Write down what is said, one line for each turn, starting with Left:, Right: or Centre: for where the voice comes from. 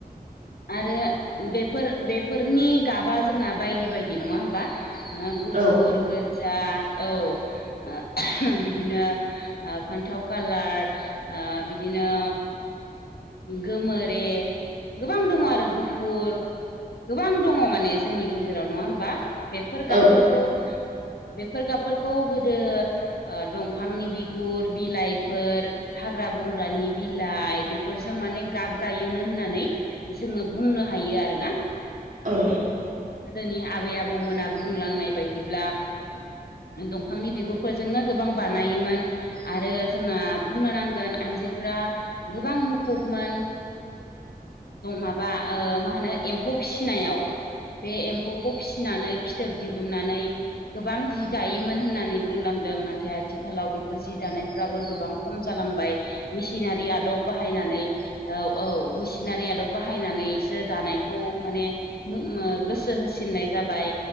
Left: आरो बेफोर बेफोरनि गाबा जोंना बायदि बायदि नङा होमबा
Right: औ
Left: गुफुर
Right: औ
Left: गोजा औ बिदिनो फान्थाव कालार ओ बिदिनो गोमोरे गोबां दङ आरो गुफुर गोबां दङ माने जोंनि गेजेराव नङा होमबा बेफोर
Right: औ
Left: गाबफोरखौ बेफोर गाबफोरखौ गोदो दंफांनि बिगुर बिलाइफोर हाग्रा बंग्रानि बिलाइ बेफोरजों माने गाब गायोमोन होननानै जोङो बुंनो हायो आरोना
Right: औ
Left: गोदोनि आबै आबौमोना बुंलांनाय बायदिब्ला दंफांनि बिगुरफोरजोंनो गोबां बानायोमोन। आरो जोंना बुंनो नांगोन आइजोफ्रा गोबां मुखुबमोन। माबा मा होनो एम्फौ फिसिनायाव बे एम्फौ फौखौ फिसिनानै फिथोब दिहुननानै गोबां जि दायोमोन होननानै बुंलांदों नाथाय आथिखालाव बेफोर जि दानायफ्राबो गोबां खम जालांबाय मेसिनारि आदब बाहायनानै औ औ सिनारि आदब बाहायनानैसो दानायखौ माने गोसो होसिननाय जाबाय।